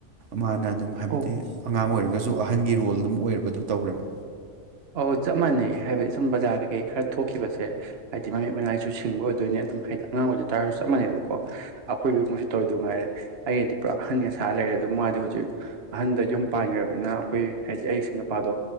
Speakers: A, on the right; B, on the right.
A: ꯃꯥꯅ ꯑꯗꯨꯝ ꯍꯥꯏꯕꯗꯤ
B: ꯑꯣ
A: ꯑꯉꯥꯡ ꯑꯣꯏꯔꯒꯁꯨ ꯑꯍꯟꯒꯤ ꯔꯣꯜ ꯑꯗꯨꯝ ꯑꯣꯏꯔꯕꯗꯨ ꯇꯧꯔꯦꯕ
B: ꯑꯧ ꯆꯞ ꯃꯥꯟꯅꯩ ꯍꯥꯏꯕꯗꯤ ꯁꯨꯝ ꯕꯖꯥꯔ ꯀꯩꯀꯩ ꯈꯔ ꯊꯣꯛꯈꯤꯕꯁꯦ ꯍꯥꯏꯗꯤ ꯃꯃꯤꯠ ꯃꯅꯥꯏꯁꯨ ꯁꯤꯡꯕ ꯑꯣꯏꯗꯣꯏꯅꯤ ꯑꯗꯨꯝ ꯍꯥꯏꯗꯤ ꯑꯉꯥꯡ ꯑꯣꯏꯖ ꯇꯥꯔꯁꯨ ꯆꯞ ꯃꯥꯟꯩꯕꯀꯣ ꯑꯩꯈꯣꯏꯕ ꯃꯁꯨ ꯇꯧꯔꯤꯗ ꯉꯥꯏꯔꯦ ꯑꯩꯗꯤ ꯄꯨꯔꯥ ꯑꯍꯟ ꯑꯁꯥ ꯂꯩꯔꯦ ꯑꯗꯨ ꯃꯥꯗꯤ ꯍꯧꯖꯤꯛ ꯑꯍꯟꯗ ꯌꯨꯝ ꯄꯥꯟꯈ꯭ꯔꯕꯅꯤꯅ ꯑꯩꯈꯣꯏ ꯍꯥꯏꯗꯤ ꯑꯩꯁꯨ ꯅꯨꯄꯥꯗꯣ